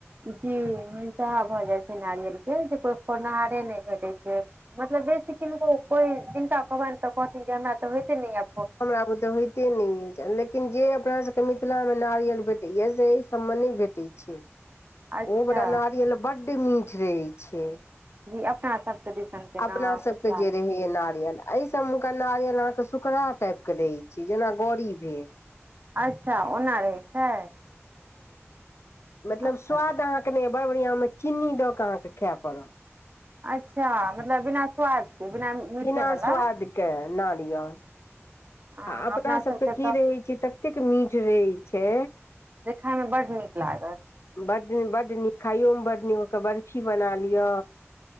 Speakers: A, on the right (about 40°); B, on the left (about 65°).
A: जी मिंसाहा भऽ जाइ छै नारियल के जे कोई खोरनहारे नहि भेटै छै मतलब बेसी किनको कोई जिनका कहबनि तऽ कहथिन जे हमरा तऽ होइते नहि य
B: हमरा बुते होइ एतेक नहि अछि लेकिन जे अपना सबके मिथिलामे नारियल भेटैए से एहि सभमे नहि भेटै छै
A: अच्छा
B: ओ बला नारियल बड्ड मीठ रहै छै
A: जी अपना सबके दिसन के
B: अपना
A: नाम मिथिला
B: सबके ज
A: के
B: रहे ह य नारियल सबके नारियल अहाँके सखड़ा टाइप के रहे छी, जेना गड़ी भेल।
A: अच्छा ओना रहे छै
B: मतलब
A: अच्छा
B: स्वाद अहाँके नहि बढ़ैए। बड़ बढ़ियां मे चीन्नी दऽ के अहाँके खाय पड़त
A: अच्छा मतलब बिना स्वाद के बिना मीठे
B: बिना
A: वला
B: स्वादके नारियल
A: हँ
B: आ अपनासभके
A: अपना सबके
B: की रहै छै तऽ एतेक मीठ रहे छै
A: देखय मे बड नीक लागत
B: बड्ड न बड्ड नीक खाइयोमे बड्ड नीक ओकर बर्फी बना लिअ